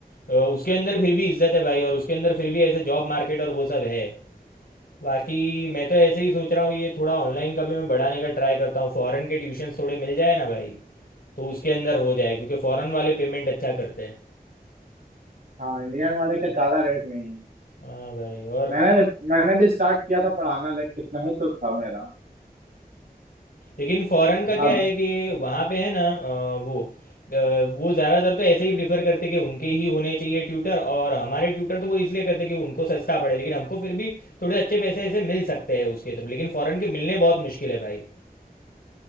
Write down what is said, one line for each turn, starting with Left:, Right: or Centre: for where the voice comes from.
Left: अ, उसके अंदर फिर भी इज्जत है भाई और उसके अंदर फिर भी ऐसे जॉब मार्केट और वो सब है बाकी मैं तो ऐसे ही सोच रहा हूँ ये थोड़ा ऑनलाइन का भी मैं बढ़ाने का ट्राई करता हूँ फॉरेन के ट्यूशन्स थोड़े मिल जाए ना भाई तो उसके अंदर हो जाए क्योंकि फॉरेन वाले पेमेंट अच्छा करते हैं
Right: हाँ इंडियन वाले का ज्यादा रेट नहीं है
Left: हाँ भाई और
Right: मैंने मैंने भी स्टार्ट किया था पढ़ाना लाइक कितना ही तो था मेरा
Left: लेकिन फॉरेन का
Right: ज्यादा
Left: क्या है कि वहाँ पे है ना अ, वो अ, वो ज़्यादातर तो ऐसे ही प्रीफर करते कि उनके ही होने चाहिए ट्यूटर और हमारे ट्यूटर तो वो इसलिए करते कि उनको सस्ता पड़े लेकिन हमको फिर भी थोड़े अच्छे पैसे ऐसे मिल सकते हैं उसके थ्रू लेकिन फॉरेन के मिलने बहुत मुश्किल है भाई